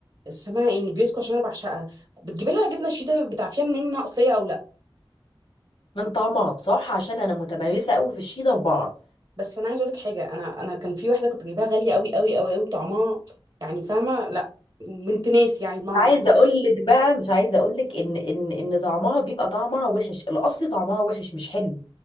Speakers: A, on the right; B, on the left.
A: اسمها ايه النجريسكو عشان انا بعشقها بتجيبي لها جبنه شيدر بتعرفيها منين انها اصليه او لا
B: من طعمها بصراحه عشان انا متمرسه قوي في الشيدر بعرف
A: بس انا عايزه اقول لك حاجه انا انا كان في واحده كنت جايباها غاليه قوي قوي قوي قوي طعمها يعني فاهمه لا بنت ناس يعني بمعنى
B: مش عايزه
A: اصح
B: اقول لك بقى مش عايزه اقول لك ان ان ان طعمها بيبقى طعمها وحش الاصلي طعمها وحش مش حلو